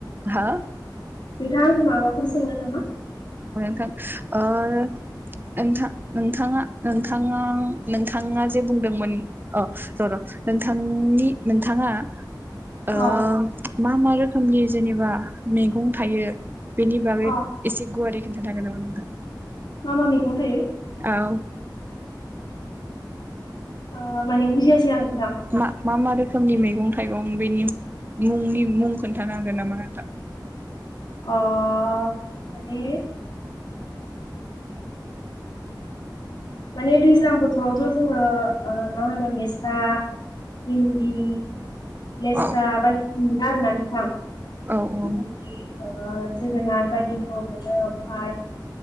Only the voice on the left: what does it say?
नोंथाङा आंखो माबाफोर सोंनो नामा?
अ
अ
मा मा मैगं थायो?
ओह माने बुजियासै आं? नोंथां
अह माने माने दैज्लां बोथोरावथ' जोङो ओह मा होनो मिस्ता भिन्दि लेस्रा
बायदिखौ मोनो आरो ना नोंथां
ओमफ्राय जोगोनार बायदिखौ मोनो ओमफाय